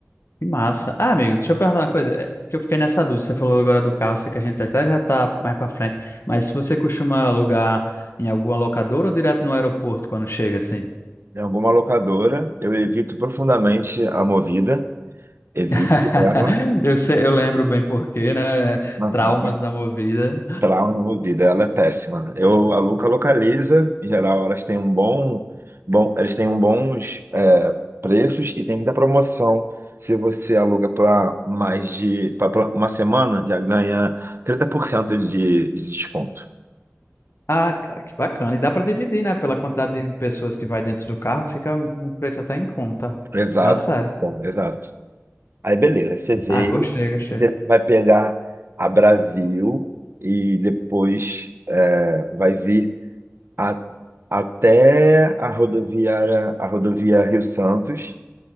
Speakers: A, on the left (about 55°); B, on the right (about 50°).
A: Que massa. Ah, amigo, deixa eu perguntar uma coisa. é, Que eu fiquei nessa dúvida. Você falou agora do carro, sei que a gente até já tá mais pra frente. Mas se você costuma alugar em alguma locadora ou direto no aeroporto quando chega, assim?
B: Em alguma locadora, eu evito profundamente a Movida. Evite
A: <laughs>
B: ela,
A: Eu sei, eu lembro bem porque, né?
B: aham,
A: Traumas da movida.
B: trauma na vida, ela é péssima. Eu, a Luca localiza, em geral elas têm um bom, bom, eles têm um bons é, preços e tem muita promoção. Se você aluga para mais de pra, pra uma semana, já ganha 30% de, de desconto.
A: Ah, cara, que bacana. E dá pra dividir, né? Pela quantidade de pessoas que vai dentro do carro, fica um um preço até em conta.
B: Exato,
A: Dá certo.
B: bom, exato. Aí beleza, você vê,
A: Ah, gostei, gostei.
B: você vai pegar a Brasil e depois é, vai vir. a- até a rodoviária, a rodovia Rio Santos,